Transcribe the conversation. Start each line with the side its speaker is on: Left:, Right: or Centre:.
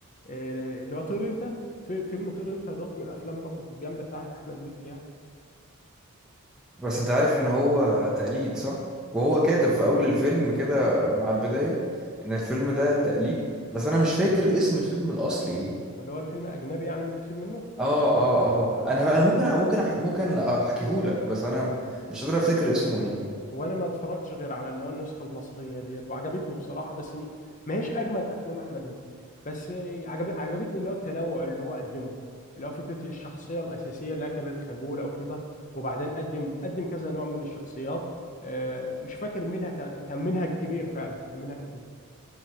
Left: آه، اللي هو طير انت في فيلم طير انت دوت من الافلام برضه الجامده بتاعت احمد مكي يعني
Centre: بس انت عارف ان هو تقليد صح وهو كاتب في اول الفيلم كده مع البدايه ان الفيلم
Left: اه
Centre: ده تقليد بس انا مش فاكر اسم الفيلم الاصلي ايه
Left: اللي هو الفيلم اجنبي يعني متاخد منه
Centre: اه اه اه
Left: لا بس
Centre: انا
Left: أنا-
Centre: انا ممكن ممكن أح- ممكن احكيهولك بس انا مش قادر افتكر اسمه ايه
Left: هو انا ما اتفرجتش غير على اللي هو النسخه المصريه ديت وعجبتني بصراحه بس م- ما هيش اجمد افلام احمد مكي بس آه، عجب عجبتني اللي هو التنوع اللي هو قدمه اللي هو فكره الشخصيه الاساسيه اللي هي كانت خجوله وكده وبعدين قدم قدم كذا نوع من الشخصيات آه، مش فاكر منها كان كان منهج كبير فعلا كان منهج كبير